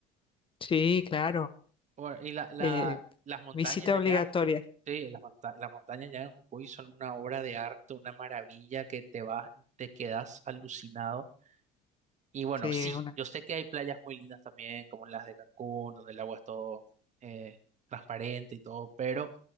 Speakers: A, on the left (about 30°); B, on the right (about 40°).
A: Sí, claro.
B: Bueno, y la, la-
A: eh,
B: las montañas
A: visita
B: allá,
A: obligatoria.
B: sí, las, monta- las montañas allá en Jujuy son una obra de arte, una maravilla que te vas, te quedas alucinado Y bueno,
A: Sí,
B: sí,
A: es una.
B: yo sé que hay playas muy lindas también, como las de Cancún, donde el agua es todo eh, transparente y todo, pero